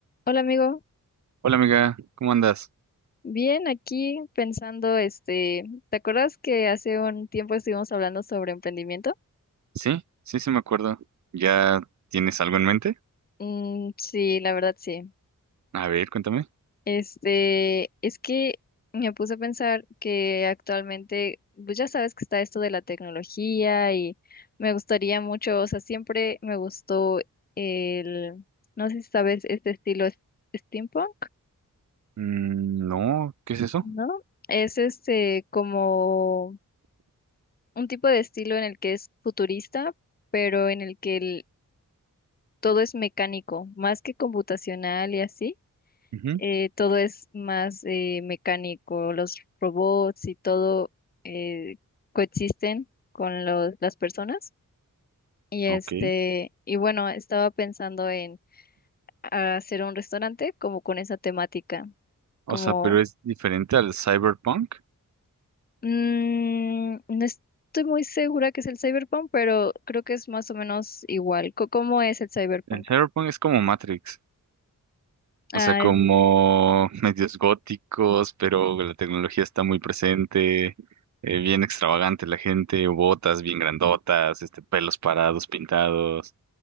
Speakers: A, on the left; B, on the right.
A: Hola amigo,
B: Hola amiga, ¿cómo andas?
A: bien aquí pensando, este, ¿te acuerdas que hace un tiempo estuvimos hablando sobre emprendimiento?
B: Sí, sí, sí me acuerdo. ¿Ya tienes algo en mente?
A: Mm, sí, la verdad sí.
B: A ver, cuéntame.
A: Este, es que me puse a pensar que actualmente, pues ya sabes que está esto de la tecnología y me gustaría mucho, o sea, siempre me gustó el, no sé si sabes este estilo es- steampunk,
B: Mm, no, ¿qué es eso?
A: ¿no? Es este como un tipo de estilo en el que es futurista, pero en el que el- todo es mecánico, más que computacional y así.
B: Ujú,
A: eh, todo es más eh, mecánico, los robots y todo eh, coexisten con los- las personas. Y este,
B: ok.
A: y bueno, estaba pensando en hacer un restaurante como con esa temática,
B: O
A: como
B: sea, pero es diferente al cyberpunk.
A: Mm, no estoy muy segura que es el cyberpunk, pero creo que es más o menos igual. Co- ¿Cómo es el cyberpunk?
B: El cyberpunk es como Matrix.
A: Ah,
B: O sea, como <laughs> medios góticos, pero la tecnología está muy presente. eh, bien extravagante la gente, botas bien grandotas, este, pelos parados, pintados,